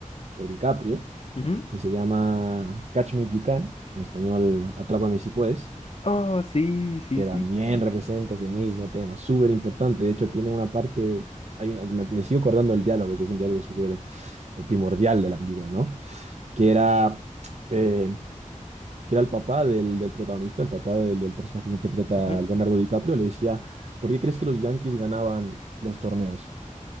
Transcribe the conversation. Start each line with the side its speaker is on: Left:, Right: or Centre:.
Right: por DiCaprio
Left: Ujú.
Right: que se llama Catch Me If You Can, en español Atrápame si puedes.
Left: Oh, sí, sí,
Right: que
Left: sí.
Right: también representa ese mismo tema, súper importante. De hecho, tiene una parte, hay una, me, me sigo acordando del diálogo, que es un diálogo súper eh, primordial de la película, ¿no? Que era, eh, que era el papá del, del protagonista, el papá del, del personaje que interpreta
Left: Ujú.
Right: a Leonardo DiCaprio, le decía, ¿por qué crees que los Yankees ganaban los torneos?